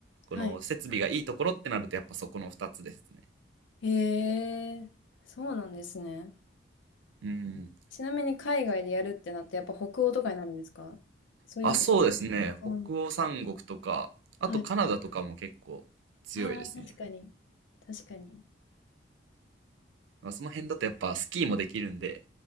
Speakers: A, on the right (about 75°); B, on the left (about 85°).
A: この設備がいいところってなると、
B: はい。
A: やっぱそこの2つですね。
B: へえ、そうなんですね。
A: うん。
B: ちなみに海外でやるってなってやっぱ北欧とかになるんですかそういうわけじゃないうん。
A: あ、そうですね。北欧三国とか、あとカナダとかも結構強いですね。
B: はい。ああ、確かに。確かに。
A: まあ、その辺だとやっぱスキーもできるんで、